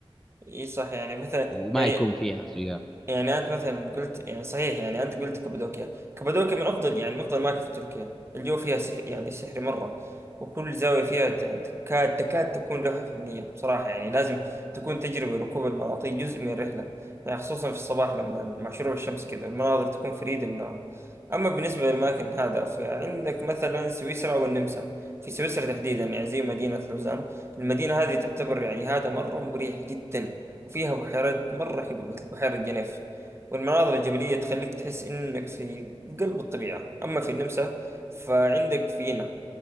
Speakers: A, on the right; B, in the centre.
A: إي صح يعني مثلا
B: وما
A: يعني
B: يكون فيها سياح
A: يعني انت مثلا قلت يعني صحيح يعني انت قلت كابادوكيا كابادوكيا من افضل يعني من افضل الاماكن في تركيا الجو فيها سحر يعني سحري مره وكل زاويه فيها يعني تكاد تكاد تكون لوحه فنيه بصراحه يعني لازم تكون تجربه ركوب المناطيد جزء من الرحله يعني خصوصا في الصباح لما مع شروق الشمس كذا المناظر تكون فريده من نوعها اما بالنسبه للاماكن هذا فعندك مثلا سويسرا والنمسا في سويسرا تحديدا يعني زي مدينه لوزان المدينه هذه تعتبر يعني هذا مره مريح جدا وفيها بحيرات مرة حلوة مثل بحيرة جنيف والمناظر الجبلية تخليك تحس إنك في قلب الطبيعة أما في النمسا فعندك فيينا